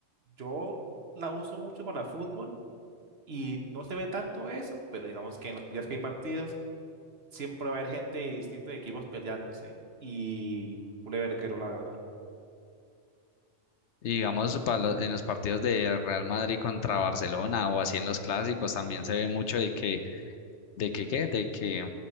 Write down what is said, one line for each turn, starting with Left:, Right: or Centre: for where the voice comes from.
Right: Yo la uso mucho para fútbol y no se ve tanto eso, pero digamos que en los días que hay partidos siempre va a haber gente de distintos equipos peleándose y culeverguero, la verdad.
Left: Y digamos, para lo- en los partidos de Real Madrid contra Barcelona o así en los clásicos también se ve mucho de que, de que, ¿qué? De que